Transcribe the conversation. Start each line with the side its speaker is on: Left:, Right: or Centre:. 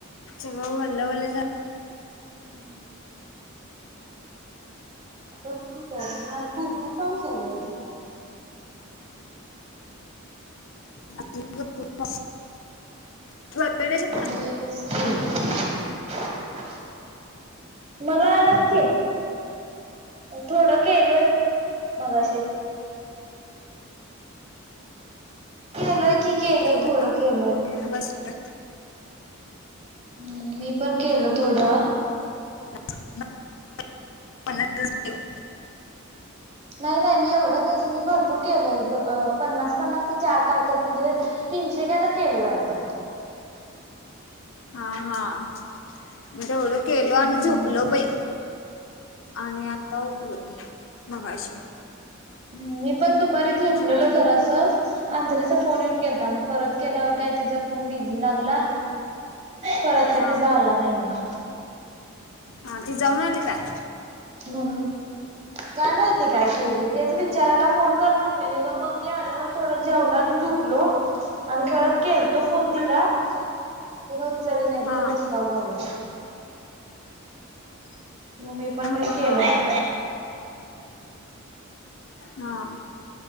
Left: सगळं वल्ल वल्ल झा''--''
Right: हम्म. बकी तर आज भरपूर पाऊस आलाय सकाळपासून.
Left: बस <inaudible>
Right: मेत स्क <inaudible> मला आलंत की. थोडं केलोय मगाशी. केलोय की केलोय
Left: कलो
Right: थोडं केलोय.
Left: बस <inaudible>
Right: हम्म मी पण केलं थोडं.
Left: <inaudible>
Right: नाही नाही मी एवढं नाही मी भरपूर केलोय द अ पन्नास पन्नास ते चार काय तर म्हणजे. तीनशे काय तर केलंय वाटतं.
Left: हा हा म्हणजे एवढं. केल आणि
Right: हम्म
Left: झोपल बाई आणि आता उठलोय अशी.
Right: ह मी पण दुपारी झोपलेलो
Left: काय
Right: जरासं. अंजलीचा फोन येऊन गेलता मग परत केल्यावर काय तिचा फोन बिझी लागला. परत
Left: हा
Right: काय झाला नाही मग.
Left: हा ती जाऊन आली काय.
Right: म्हणून. काय माहिती काय केली तेच विचारायला फोन कर म्हणलेली ग मग मी आल्यावर. थोडं जेवल आणि झुपलो. आणि परत केल तो फोन तिला तिने उचलली नाही तिचा
Left: हा
Right: मिस कॉल बघून. म मी पण
Left: हा
Right: काही केल
Left: हा
Right: नाय.
Left: हा